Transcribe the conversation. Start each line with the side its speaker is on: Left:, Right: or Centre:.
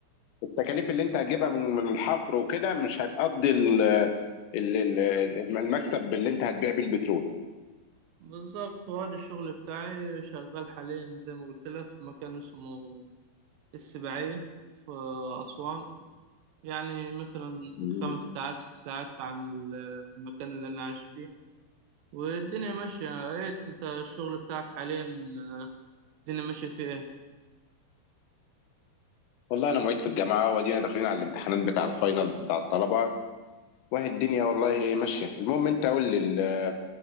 Left: التكاليف اللي انت هتجيبها من من الحفر وكده مش هتقضي ال ال- ال- المكسب اللي انت هتبيع بيه البترول
Right: بالظبط وهذا الشغل بتاعي شغال حاليا زي ما قلت لك في مكان اسمه السباعية في أسوان يعني مثلا
Left: مم.
Right: خمس ساعات ست ساعات عن ال- المكان اللي أنا عايش فيه والدنيا ماشية إيه أنت الشغل بتاعك حاليا آه، الدنيا ماشية فيه إيه؟
Left: والله انا معيد في الجامعه وادينا داخلين على الامتحانات بتاع الفاينل بتاع الطلبه وهي الدنيا والله ماشيه المهم انت قول لي ال-